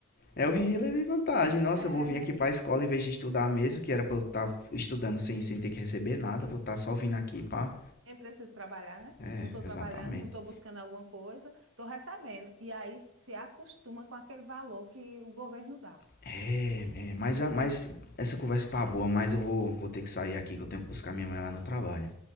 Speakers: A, on the left (about 50°); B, on the right (about 75°).
A: É o
B: É,
A: hihi, levei vantagem. Nossa,
B: é,
A: eu vou vir aqui pra escola em vez de estudar mesmo, que era pra eu estar estudando sem, sem ter que receber nada, vou estar só vindo aqui pra...
B: nem preciso trabalhar, né?
A: É,
B: Não estou
A: exatamente.
B: trabalhando, não estou buscando alguma coisa, estou recebendo. E aí se acostuma com aquele valor que o governo dá.
A: É, é mas, a- mas essa conversa tá boa, mas eu vou, vou ter que sair aqui, que eu tenho que buscar minha mãe lá no trabalho.